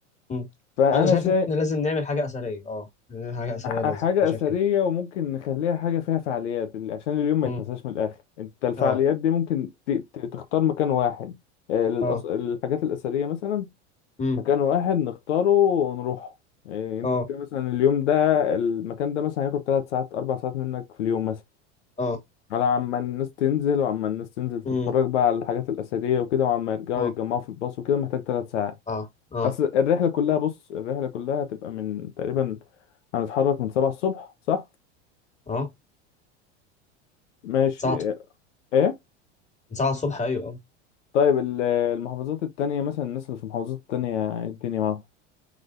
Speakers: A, on the left; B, on the left.
A: مم.
B: فانا
A: انا شايف
B: شايف
A: ان احنا لازم نعمل حاجه اثريه اه نعمل حاجه اثريه
B: ح-
A: لازم
B: حاجه
A: انا شايف
B: اثريه
A: كده
B: وممكن نخليها حاجه فيها فعاليات ال- عشان اليوم ما
A: مم.
B: يتنساش من الاخر انت الفعاليات
A: اه
B: دي ممكن ت- ت- تختار مكان واحد آه، للأص...
A: اه
B: الحاجات الاثريه مثلا
A: امم
B: مكان واحد نختاره ونروح انت
A: اه
B: كده مثلا اليوم ده المكان ده مثلا هياخد 3 ساعات 4 ساعات منك في اليوم مثلا،
A: اه
B: على عما الناس تنزل وعما الناس تنزل تتفرج
A: امم
B: بقى على الحاجات الأثرية وكده وعما يرجعوا
A: اه
B: يتجمعوا في الباص وكده محتاج ثلاث ساعات
A: اه اه
B: أصل الرحلة كلها بص الرحلة كلها هتبقى من تقريبا هنتحرك من سبعة الصبح صح؟
A: اه
B: ماشي
A: ساعة
B: ايه؟
A: ساعة الصبح ايوه اه
B: طيب ال- المحافظات التانية مثلا الناس اللي في المحافظات التانية إيه الدنيا معاهم